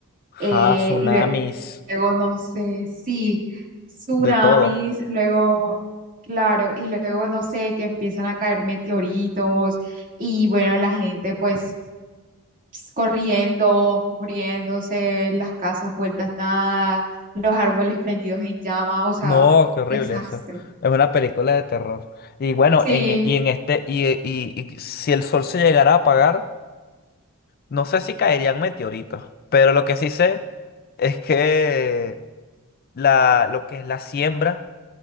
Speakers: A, on the right; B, on the left.
A: eh,
B: Ja, tsunamis.
A: lue- luego, no sé, sí, tsunamis,
B: De todo.
A: luego, claro, y luego, no sé, que empiezan a caer meteoritos y bueno, la gente pues ps, corriendo, muriéndose, las casas vueltas nada, los árboles prendidos en llama, o sea,
B: No, qué horrible
A: desastre.
B: eso. Es una película de terror. Y bueno,
A: Sí,
B: en, e- y en este, y, e- y- y si el sol se llegara a apagar, no sé si caerían meteoritos, pero lo que sí sé es que la, lo que es la siembra,